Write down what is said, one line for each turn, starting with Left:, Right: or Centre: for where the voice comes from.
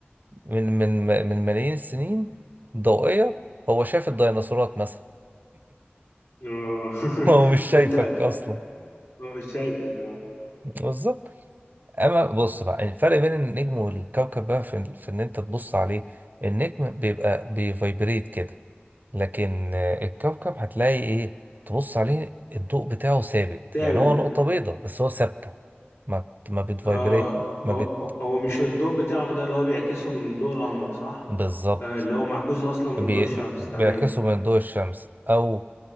Right: من من من ملايين السنين ضوئية هو شايف الديناصورات مثلا
Left: اه <laughs>
Right: <laughs> هو مش شايفك
Left: وانت
Right: أصلا
Left: مش شايفك اه
Right: بالظبط أما بص بقى الفرق بين النجم والكوكب بقى في, في إن أنت تبص عليه النجم بيبقى بيفايبريت كده لكن آه، الكوكب هتلاقي إيه تبص عليه الضوء بتاعه ثابت
Left: ثابت
Right: يعني هو نقطة بيضاء بس هو ثابتة ما بت- ما بتفايبريت
Left: اه هو
Right: ما بت
Left: هو مش الضوء بتاعه ده اللي هو بيعكسه من ضوء القمر صح؟
Right: بالظبط
Left: آه اللي هو معكوس اصلا من
Right: بي-
Left: ضوء الشمس
Right: بيعكسوا
Left: تمام
Right: من ضوء الشمس أو